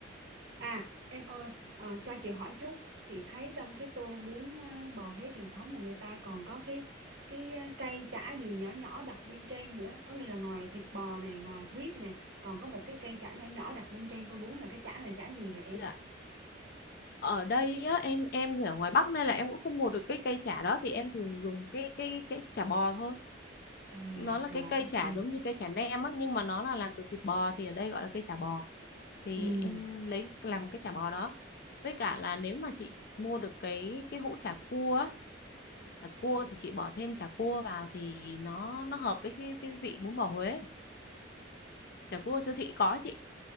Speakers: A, on the right; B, on the left.
A: À em ơi ờ, cho chị hỏi chút chị thấy trong cái tô bún ờ, bò Huế truyền thống là người ta còn có cái cái ờ, cây chả gì nhỏ nhỏ đặt bên trên nữa có nghĩa là ngoài thịt bò nè ngoài huyết nè còn có một cái cây chả nhỏ nhỏ đặt bên trên tô bún là cái chả là chả gì vậy em
B: dạ ở đây á, em em thì ở ngoài Bắc nên là em cũng không mua được cái cây chả đó thì em thường dùng cái cái cái chả bò thôi
A: à
B: nó là
A: rồi
B: cái cây
A: ok
B: chả giống như cây chả nem á nhưng mà nó là làm từ thịt bò thì ở đây gọi là cây chả bò thì
A: ừ
B: em lấy làm cái chả bò đó với cả là nếu mà chị mua được cái cái hũ chả cua á, chả cua thì chị bỏ thêm chả cua vào thì nó nó hợp với cái cái vị bún bò Huế chả cua siêu thị có chị